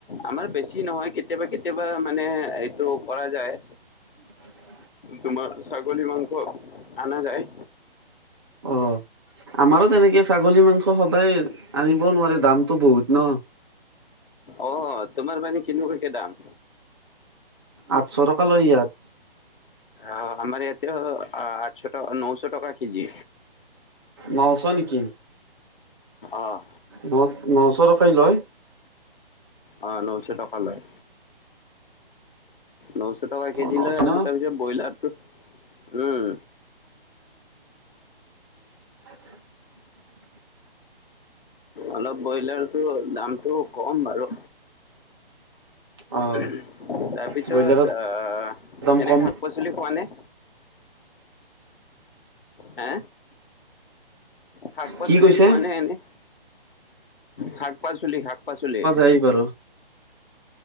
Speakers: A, on the left; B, on the right.
A: আমাৰ বেছি নহয় কেতিয়াবা কেতিয়াবা মানে এইটো কৰা যায়।
B: উ
A: তোমাৰ ছাগলী মাংস আনা যায়।
B: অ' আমাৰো তেনেকে ছাগলী মাংস সদায় আনিব নোৱাৰে দামতটো বহুত ন?
A: অ' তোমাৰ মানে কেনেকুৱা দাম?
B: আঠশ টকা লয় ইয়াত।
A: আহ আমাৰ এয়াতে আঠশটকা নশ টকা কেজি।
B: নশ নেকি?
A: অ'।
B: ন নশ টকাই লয়?
A: অ' নশ টকা লয়। নশ টকা কেজি
B: অ', নশ
A: লয়, আৰু
B: ন?
A: তাৰপিছত ব্ৰইলাৰ টো, উম,
B: অ <unintelligible>
A: অলপ ব্ৰইলাৰটো দামটো কম বাৰু।
B: অ',
A: তাৰপিছত
B: ব্ৰইলাৰৰ
A: আহ
B: দাম
A: এনে
B: কম,
A: শাক পাচলি খোৱা নে? হে শাক পাচলি
B: কি কৈছে?
A: খোৱা নে এনেই? শাক পাচলি, শাক পাচলি।
B: পাৰ <unintelligible>